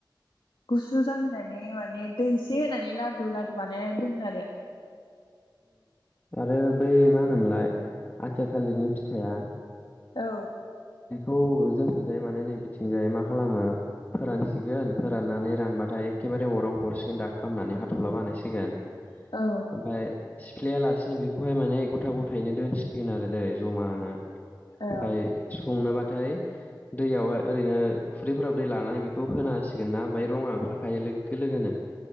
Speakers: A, on the left; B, on the left.
A: गुसु जाहोनानै माने दै एसे होनानै लादु लादु बानायनानै दोनो आरो।
B: आरो बै मा होनोमोनलाय आथिया थालिरनि फिथाइया।
A: औ।
B: बेखौ जोंनिजाय माने नै बिथिंजाय मा खालामो। फोरानसिगोन फोराननानै रानबाथाय एखेबारे अराव हरसिगोन दाख खालामनानै हाथ'ला बानायसिगोन।
A: औ
B: ओमफाय सिफ्लेया लासिनो बेखौहाय माने गथा गथायैनो दोनसिगोन आरो दै जमानो।
A: औ।
B: ओमफ्राय संनोबाथाय दैयावहाय ओरैनो खुरैफोराव दै लानानै बेखौ होना होसिगोन ना ओमफ्राय रङा। ओंखारखायो लोगो लोगोनो